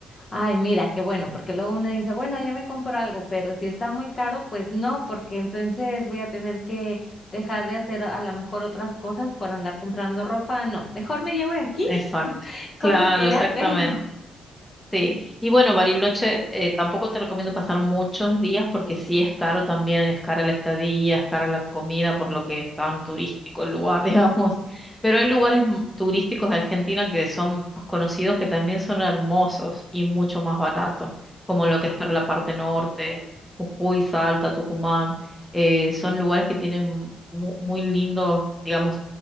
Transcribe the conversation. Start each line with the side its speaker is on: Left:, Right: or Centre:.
Left: Ay, mira, qué bueno, porque luego uno dice, bueno, ya me compro algo, pero si está muy caro, pues no, porque entonces voy a tener que dejar de hacer a lo mejor otras cosas por andar comprando ropa. No, mejor me llevo de aquí
Centre: Exacto.
Left: <laughs> cosas
Centre: Claro,
Left: que ya
Centre: exactamente.
Left: tengo.
Centre: Sí, y bueno, Bariloche, eh, tampoco te recomiendo pasar muchos días porque sí es caro también, es cara la estadía, es cara la comida, por lo que es tan turístico el lugar, <laughs> digamos. Pero hay lugares m- turísticos de Argentina que son más conocidos que también son hermosos y mucho más baratos, como lo que es para la parte norte, Jujuy, Salta, Tucumán. eh, son lugares que tienen mu- muy lindos, digamos,